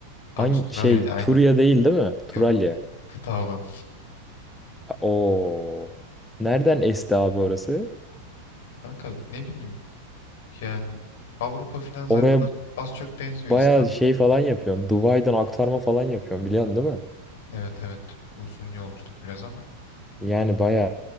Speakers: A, in the centre; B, on the left.
A: Hangi
B: Avustralya
A: şey
B: aynen.
A: Turya değil değil mi?
B: Yok.
A: Turalya.
B: Kıta olan.
A: Oo. Nereden esti abi orası?
B: Kanka ne bileyim yani Avrupa filan zaten
A: Oraya
B: az, az çok benziyor
A: bayağı
B: İstanbul.
A: şey falan yapıyorsun. Dubai'den aktarma falan yapıyorsun biliyorsun değil mi?
B: Evet evet uzun yolculuk biraz ama
A: Yani bayağı.